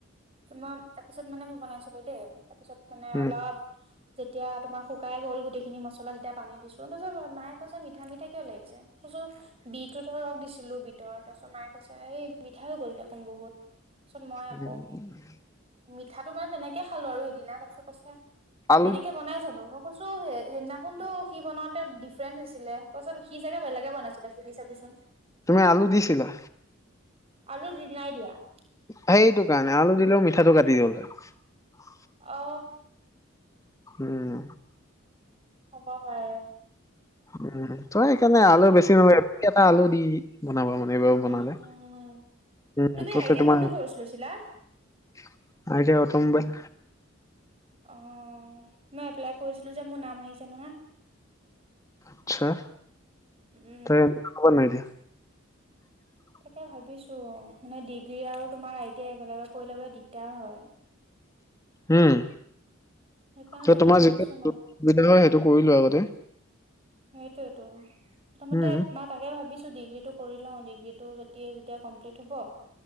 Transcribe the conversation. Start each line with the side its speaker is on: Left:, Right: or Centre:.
Right: তোমাৰ তাৰপিছত মানে মই বনাইছিলো দেই তাৰপিছত মানে
Left: উম,
Right: অলপ যেতিয়া তোমাৰ শুকাই গল গোটেইখিনি মছলা যেতিয়া পানী দিছো তাপিছত মাই কৈছে মিঠা মিঠা কিয় লাগিছে <unintelligible> কছো বিটোতো ৰস দিছিলো বিটৰ তাৰপিছত মায়ে কৈছে এই মিঠা হৈ গ'ল দেখোন বহুত <unintelligible> চোন মই আক
Left: <inaudible>
Right: মিঠাটো মানে তেনেকে খালো আৰু সেইদিনা তাৰপিছত কৈছে
Left: আ
Right: এনেকে বনাই জানো মই কৈছো হেদিনাখনতো সি বনাও তে ডিফাৰেণ্ট হৈছিলে কছত সি জাগে বেলেগ <unintelligible> কেনেকে বনাইছিলে দে সুধি চাবিচোন <unintelligible>
Left: তুমি আলু দিছিলা
Right: আলু যি নাই দিয়া <unintelligible>
Left: সেইটো কাৰণে আলু দিলেও মিঠাটো কাটি গ'ল হয়
Right: অ
Left: উম্।
Right: হ'ব পাৰে।
Left: উম্ তই সেইকাৰণে আলু বেছি নালাগে এটা আলু দি বনাবা মানে। <unintelligible> নেইবাও বনালে
Right: উম উম
Left: উ
Right: তুমি
Left: ত
Right: আই টি আই
Left: তোমাৰ।
Right: কোনটো কৰ্চ লৈছিলা?
Left: <unintelligible> I T I automobile.
Right: অ মই এপ্লাই কৰিছিলো যে মোৰ নাম আহিছে নহয়।
Left: আচছা
Right: উম
Left: তই কপা নাই দিয়া। <inaudible>
Right: তাকে ভাবিছো মানে ডিগ্ৰী আৰু তোমাৰ আই টি আই একেলগে কৰি ল'বলে দিগদাৰ হয়।
Left: হম
Right: সেইকাৰণে
Left: ত
Right: তাকে
Left: তোমাৰ
Right: ভাবিছো
Left: যিটো
Right: ন
Left: সুবিধা হয় সেইটো। কৰিলো আগতে।
Right: সেইটোৱেইটো প্ৰথমতে
Left: উম,
Right: মই তাকে ভাবিছো। ডিগ্ৰীটো কৰি লওঁ ডিগ্ৰীটো যদি যেতিয়া কমপ্লিট হ'ব